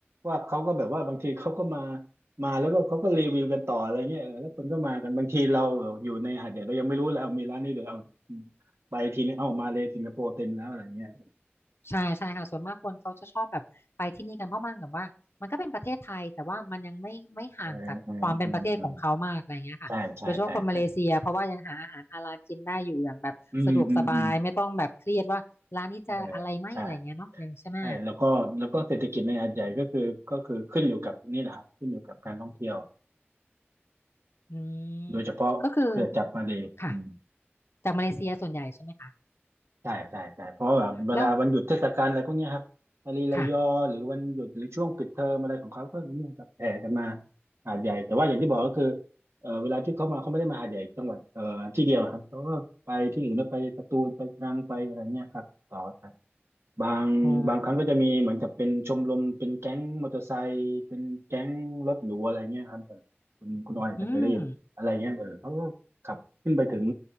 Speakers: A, on the right; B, on the left.
A: ว่าเขาก็แบบว่าบางทีเขาก็มามาแล้วก็เขาก็รีวิวกันต่ออะไรเงี้ยเออแล้วคนก็มากันบางทีเราอยู่ในหาดใหญ่เรายังไม่รู้เลยเอามีร้านนี้หรือเอาไปทีนี้เอ้ามาเลยสิงคโปร์เต็มแล้วอะไรเงี้ย
B: ใช่ใช่ค่ะส่วนมากคนเขาจะชอบแบบไปที่นี่กันเพราะมันแบบว่ามันก็เป็นประเทศไทยแต่ว่ามันยังไม่ไม่ห่างจากความเป็นประเทศของเขามากอะไรเงี้ยค่ะโดยเฉพาะคนมาเลเซียเพราะว่ายังหาอาหารฮาลาลกินได้อยู่อย่างแบบสะดวกสบายไม่ต้องแบบเครียดว่าร้านนี้จะอะไรไหมอะไรเงี้ยเนาะยังใช่ไหม
A: เออเออเออเออใช่ใช่ใช่ใช่อืมอืมอืมเออใช่ใช่แล้วก็แล้วก็เศรษฐกิจในหาดใหญ่ก็คือก็คือขึ้นอยู่กับนี่แหละครับขึ้นอยู่กับการท่องเที่ยว
B: อืม
A: โดยเฉพาะเครือจักรมาเลยอืม
B: ก็คือค่ะจากมาเลเซียส่วนใหญ่ใช่ไหมคะ
A: ใช่ใช่ใช่เพราะว่าแบบเวลาวันหยุดเทศกาลอะไรพวกเนี้ยครับมาลีระยอหรือวันหยุดหรือช่วงปิดเทอมอะไรของเขาก็เนี่ยครับแห่กันมา
B: แล้วค่ะ
A: หาดใหญ่แต่ว่าอย่างที่บอกก็คือเออเวลาที่เขามาเขาไม่ได้มาหาดใหญ่จังหวัดเออที่เดียวครับเขาก็ไปที่อื่นแล้วไปสตูลไปตรังไปอะไรเนี่ยครับต่อกันบางบางครั้งก็จะมีเหมือนกับเป็นชมรมเป็นแก๊งมอเตอร์ไซค์เป็นแก๊งรถหรูอะไรเงี้ยครับเออคุณคุณออยอาจจะเคยได้ยินอะไรเงี้ยเออเขาก็ขับขึ้นไปถึง
B: อ๋ออืม